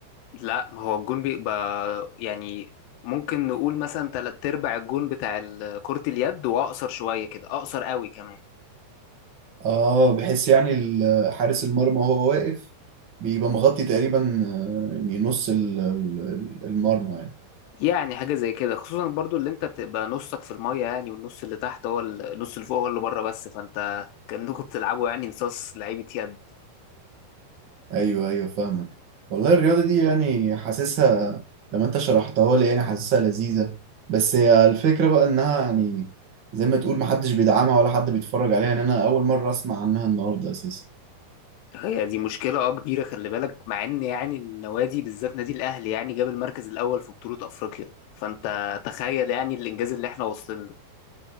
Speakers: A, on the left; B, on the right.
A: لا ما هو الجون بيبقى يعني ممكن نقول مثلا تلات ارباع الجون بتاع ال- كرة اليد واقصر شويه كده اقصر قوي كمان
B: اه بحيث يعني ال- حارس المرمى وهو واقف بيبقى مغطي تقريبا آه، يعني نص ال- ال- المرمى
A: يعني حاجة زي كده خصوصا برضو اللي انت بتبقى نصك في المية يعني والنص اللي تحت هو ال- النص اللي فوق هو اللي بره بس فانت كأنكم بتلعبوا يعني نصاص لعيبة يد
B: ايوه ايوه فاهمك والله الرياضه دي يعني حاسسها لما انت شرحتها لي يعني حاسسها لذيذه بس هي الفكره بقى انها يعني زي ما تقول محدش بيدعمها ولا حد بيتفرج عليها يعني انا اول مره اسمع عنها النهارده اساسا
A: هي دي مشكلة اه كبيرة خلي بالك مع ان يعني النوادي بالذات نادي الاهلي يعني جاب المركز الاول في بطولة افريقيا فانت تخيل يعني الانجاز اللي احنا واصلين له